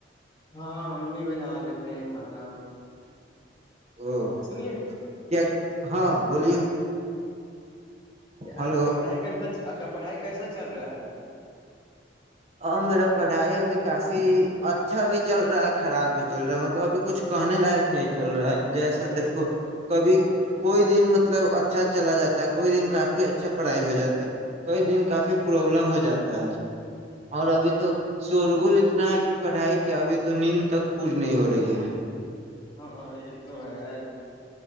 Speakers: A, on the left; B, on the right.
A: ہاں ہم بھی بنا لیتے ہیں کھانا
B: او
A: سنیے
B: کیا
A: <inaudible>
B: ہاں بولیے
A: کہ
B: ہلو
A: آپ کا پڑھائی کیسا <unintelligible> پڑھائی کیسا چل رہا ہے
B: اور میرا پڑھائی ابھی کافی اچھا بھی چل رہا ہے خراب بھی چل رہا ہے مطلب ابھی کچھ کہنے لائق نہیں چل رہا ہے جیسا
A: کیسے
B: دیکھو کبھی کوئی دن مطلب اچھا چلا جاتا ہے کوئی دن کافی اچھا پڑھائی ہو جاتا ہے کوئی دن کافی پرابلم ہو جاتا ہے اور ابھی تو شورگل اتنا ہے کہ پڑھائی کی ابھی تو نیند تک پوری نہیں ہو رہی ہے
A: ہاںاں یہ تو ہے